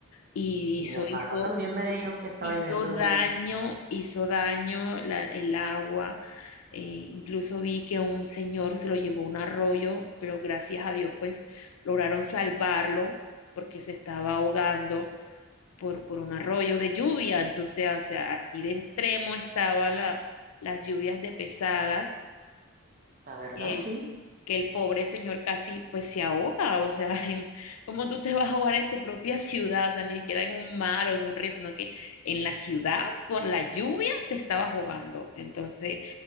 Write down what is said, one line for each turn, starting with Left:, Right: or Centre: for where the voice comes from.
Left: y
Right: Y
Left: hizo,
Right: mi hermana
Left: hizo,
Right: también me dijo que estaba
Left: hizo
Right: lloviendo
Left: daño,
Right: durísimo.
Left: hizo daño la- el agua eh, incluso vi que un señor se lo llevó un arroyo, pero gracias a Dios, pues lograron salvarlo porque se estaba ahogando por, por un arroyo de lluvia. Entonces, o sea, así de extremo estaban la- las lluvias de pesadas,
Right: La verdad,
Left: que
Right: sí.
Left: el, que el pobre señor casi pues se ahoga. O sea, <laughs> en- ¿cómo tú te vas a ahogar en tu propia ciudad? O sea, ni siquiera en un mar o en un río, sino que en la ciudad, por la lluvia, te estabas ahogando. Entonces,